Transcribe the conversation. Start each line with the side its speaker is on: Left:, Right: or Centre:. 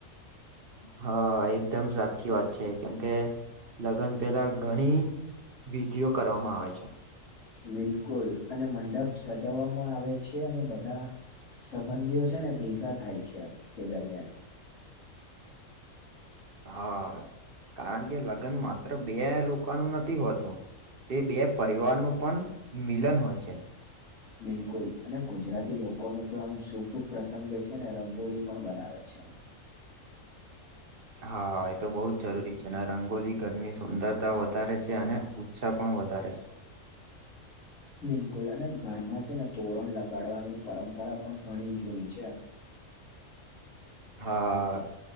Right: હા એકદમ સાચ <unintelligible> વાત છે, કેમકે લગ્ન પહેલા ઘણી વિધિઓ કરવામાં આવે છે.
Left: બિલકુલ અને મંડપ સજાવવામાં આવે છે, અને બધા સંબંધીઓ છે, ને ભેગા થાય છે, તે દરમિયાન
Right: હા, કારણ કે લગ્નમાં બે લોકોનું નથી હોતું તે બે પરિવારનું પણ મિલન હોય છે.
Left: બિલકુલ અને ગુજરાતી લોકો ન તો આમ શુભ પ્રસંગ છે, ને રંગોલી પણ બનાવે છે. <inaudible>
Right: હા, એ તો બહુ જ જરૂરી છે. તેના રંગોલી ઘરની સુંદરતા વધારે છે, અને ઉત્સાહ પણ વધારે છે.
Left: બિલકુલ અને ઘરમાં છે, ને તોરણ લગાડવાની પરંપરા પણ ઘણી જૂની છે.
Right: હા